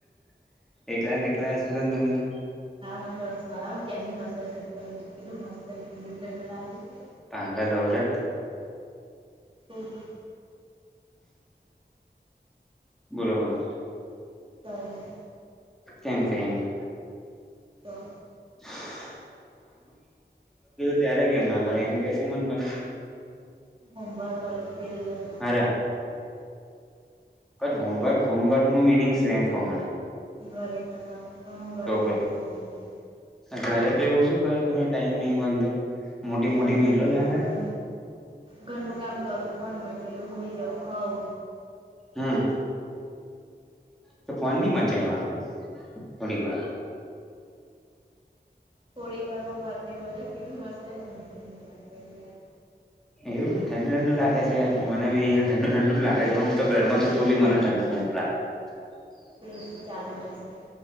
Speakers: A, in the centre; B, on the right.
A: એકલા ન એકલા <unintelligible>
B: હા. મન તો હસુ આયવું, ક્યારની હસ-હસ જ કરું છું, કેટલું મસ્તને ઠંડુ-ઠંડુ લાગે છે.
A: પાગલ ઔરત.
B: છો તું
A: બોલો-બોલો.
B: કંઈ નહિં.
A: કેમ કંઈ નહીં?
B: તો
A: <unintelligible> ત્યારે કેમ ના કરે, એમ કેશે મન તમ.
B: હોમવર્ક કરતી તી રિયલમાં
A: અરે બટ હોમવર્ક હોમવર્કનું મિનિંગ સેમ કોમન હે.
B: ઘરે કરવાનું પણ મન ઘરે ટાઈમ
A: પછી
B: નહીં મળતો.
A: ઘરે તો એવું શું કરે તમે ટાઈમ નહીં મલતો? મોટી
B: ફોન
A: મોટી
B: મચેલું
A: મિલો ચાલે?
B: ઘર ઘરનું કામ કરું પણ મજે થી હુંઈ જવું, ખઉં.
A: હમ્મ. તો ફોન ની મચડવાનો, થોડીક વાર.
B: થોડી ઘરમાં પતે બોલે કેટલું મસ્ત ઠંડું-ઠંડું લાગે યાર.
A: એવું છે. ઠંડુ-ઠંડુ લાગે છે? મને બી અહિયાં ઠંડ-ઠંડુ જ લાગે છે <unintelligible> તો ઘરમાં છું તો બી મને ઠંડુ-ઠંડુ લાગે છે.
B: તો એસી ચાલુ હશે